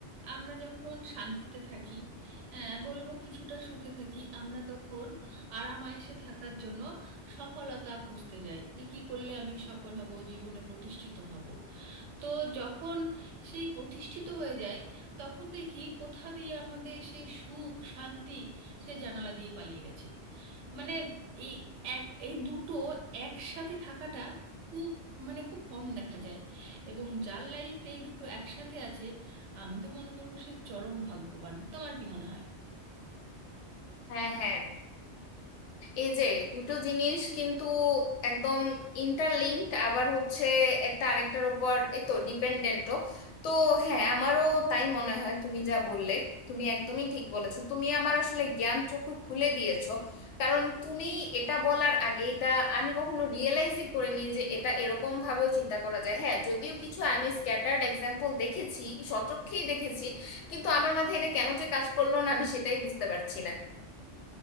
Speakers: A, on the right; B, on the left.
A: আমরা যখন শান্তিতে থাকি আহ, বলবো কিছুটা সুখে থাকি আমরা তখন আরাম আয়েসে থাকার জন্য সফলতা খুঁজতে যাই যে কি করলে আমি সফল হব জীবনে প্রতিষ্ঠিত হব তো যখন সেই প্রতিষ্ঠিত হয়ে যায় তখন দেখি কোথা দিয়ে আমাদের সেই সুখ শান্তি সে জানালা দিয়ে পালিয়ে গেছে মানে এই এক- এই দুটো একসাথে থাকাটা খুব মানে খুব কম দেখা যায় এবং যার লাইফ এই দুটো একসাথে আছে আমি তো মনে করবো সে চরম ভাগ্যবান তোমার কি মনে হয়
B: হ্যাঁ হ্যাঁ এই যে দুটো জিনিস কিন্তু একদম ইন্টারলিঙ্কড আবার হচ্ছে একটা আরেকটার উপর এ তো ডিপেন্ডেন্টও তো হ্যাঁ আমারও তাই মনে হয় তুমি যা বললে তুমি একদমই ঠিক বলেছো তুমি আমার আসলে জ্ঞান চক্ষু খুলে দিয়েছো কারণ তুমি এটা বলার আগে এটা আমি কখনো রিয়েলাইজই করিনি যে এটা এরকম ভাবেও চিন্তা করা যায় হ্যাঁ যদিও কিছু আমি স্ক্যাটার্ড এক্সাম্পল দেখেছি সচক্ষেই দেখেছি কিন্তু আমার মাথায় এটা কেন যে কাজ করলো না আমি সেটাই বুঝতে পারছি না